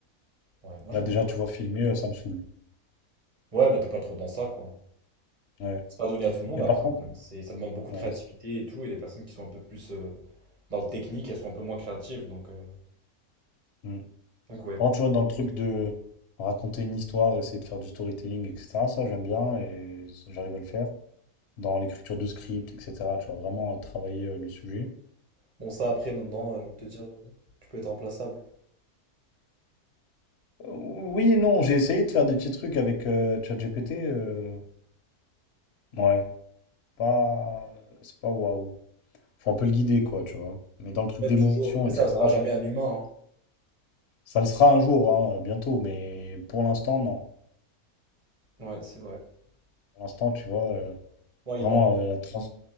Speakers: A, on the right (about 25°); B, on the left (about 55°).
A: Ouais, moi
B: Là,
A: j'aime
B: déjà,
A: bien.
B: tu vois, filmer, euh, ça me saoule.
A: Ouais, bah t'es pas trop dans ça, quoi.
B: Ouais.
A: C'est pas donné à tout le monde
B: Mais
A: après.
B: par contre,
A: en vrai. C'est, ça demande beaucoup
B: ouais,
A: de créativité
B: c'est-
A: et tout. Et les personnes qui sont un peu plus euh, dans le technique, elles sont un peu moins créatives. Donc, euh,
B: Mm.
A: donc ouais.
B: Par contre, tu vois, dans le truc de raconter une histoire, essayer de faire du storytelling, etc., ça, j'aime bien et j'arrive à le faire. Dans l'écriture de script, etc., tu vois, vraiment euh, travailler euh, le sujet.
A: Bon, ça après, maintenant, euh, j'ai envie de te dire, euh, tu peux être remplaçable.
B: Euh, Oui et non, j'ai essayé de faire des petits trucs avec euh, ChatGPT. euh, ouais, pas, c'est pas waouh. Faut un peu le guider, quoi, tu vois. Mais dans le truc
A: Ouais,
B: d'émotion,
A: toujours. Après,
B: etc.
A: ça restera jamais un humain.
B: Ça le sera un jour, hein, bientôt. Mais pour l'instant, non.
A: hein. Ouais, c'est vrai.
B: Pour l'instant,
A: C'est vrai.
B: tu vois, euh,
A: Ouais,
B: vraiment
A: il manque.
B: euh, la trans-